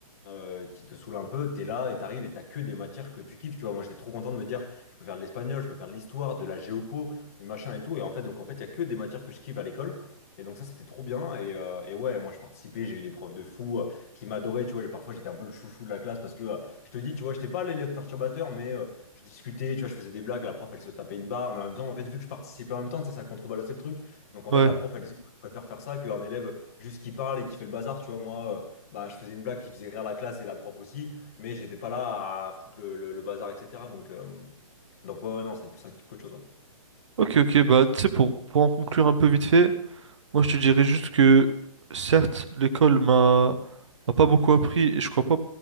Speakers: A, on the left; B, on the right.
A: euh, qui te saoule un peu, t'es là et t'arrives et t'as que des matières que tu kiffes. Tu vois, moi, j'étais trop content de me dire, je peux faire de l'espagnol, je peux faire de l'histoire, de la géopo, du machin et tout. Et en fait, donc, en fait, il y a que des matières que je kiffe à l'école. Et donc, ça, c'était trop bien. Et, euh, et ouais, moi, je participais, j'ai eu des profs de fou qui m'adorait, tu vois, j'ai- parfois j'étais un peu le chouchou de la classe parce que euh, je te dis, tu vois, j'étais pas l'élève perturbateur, mais euh, je discutais, tu vois, je faisais des blagues, la prof elle se tapait une barre, mais en même temps, en fait, vu que je participais en même temps, tu sais, ça contrebalançait le truc. Donc en
B: Ouais.
A: fait, la prof elle disait, je préfère faire ça qu'un élève juste qui parle et qui fait le bazar, tu vois, moi, euh, bah, je faisais une blague qui faisait rire la classe et la prof aussi, mais j'étais pas là à foutre le, le- le bazar, etc. Donc, euh, donc ouais, ouais, non, c'était plus un kiff qu'autre chose.
B: Ok, ok, bah tu sais, pour, pour en conclure un peu vite fait, moi je te dirais juste que certes, l'école m'a m'a pas beaucoup appris et je crois pas